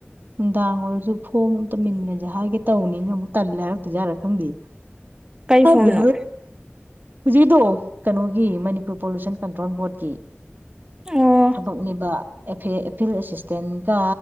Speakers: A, on the right; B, on the right.
A: ꯅꯨꯡꯗꯥꯡ ꯑꯣꯏꯔꯁꯨ ꯐꯣꯝ ꯑꯃ ꯇꯧꯃꯤꯃꯤꯟꯅꯁꯦ ꯍꯥꯏꯒꯦ ꯇꯧꯕꯅꯤꯅ ꯑꯃꯨꯛ ꯇꯜꯂꯦ ꯍꯥꯏꯔꯛꯇꯣꯏꯔꯥ ꯈꯪꯗꯦ
B: ꯀꯔꯤ
A: ꯈꯪꯗꯦ
B: ꯐꯣꯝꯅꯣ
A: ꯍꯧꯖꯤꯛꯀꯤꯗꯣ ꯀꯩꯅꯣꯒꯤ ꯃꯅꯤꯄꯨꯔ ꯄꯣꯂꯨꯁꯟ ꯀꯟꯇ꯭ꯔꯣꯜ ꯕꯣꯔꯠꯀꯤ
B: ꯑꯣ
A: ꯊꯕꯛꯅꯦꯕ ꯑꯦ ꯐꯤꯜ ꯑꯦꯁꯤꯁꯇꯦꯟꯒ